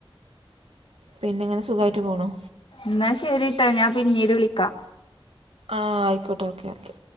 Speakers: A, on the right; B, on the left.
A: പിന്നെങ്ങനെ സുഖായിട്ട് പോണോ
B: ന്നാ ശരിട്ടാ ഞാൻ പിന്നീട് വിളിക്കാ
A: ആഹ് അയിക്കോട്ടെ ഓക്കെ ഓക്കെ